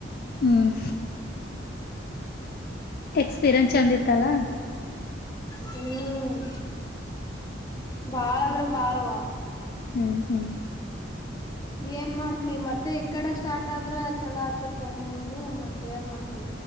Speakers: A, on the left; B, on the left.
A: ಹ್ಮ್ ಎಕ್ಸ್ಪೀರಿಯನ್ಸ್ ಚಂದ ಇತ್ತಲ್ಲ
B: ಹ್ಮ್ ಬಾಳ ಅಂದ್ರ ಬಾಳವ
A: ಹ್ಮ್ ಹ್ಮ್
B: ಏನ್ ಮಾಡ್ತಿ ಮತ್ತೆ ಈ ಕಡೆ ಸ್ಟಾರ್ಟ್ ಆದ್ರ ಚಲೋ ಆತತ್ ಹೆಂಗು ಮತ್ತೆ ಏನ್ ಮಾಡ್ತಿ